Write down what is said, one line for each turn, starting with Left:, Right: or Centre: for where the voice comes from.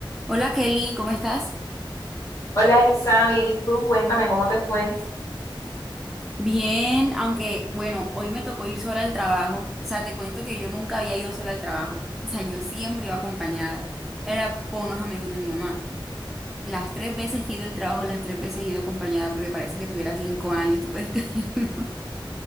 Centre: Hola Kelly, ¿cómo estás?
Left: Hola Isa, bien, ¿y tú? Cuéntame cómo te fue.
Centre: Bien, aunque bueno, hoy me tocó ir sola al trabajo. O sea, te cuento que yo nunca había ido sola al trabajo. O sea, yo siempre iba acompañada. Era por unos amigos de mi mamá. Las tres veces que he ido al trabajo, las tres veces he ido acompañada porque parece que tuviera cinco años, ¿tú puedes creerlo? <laughs>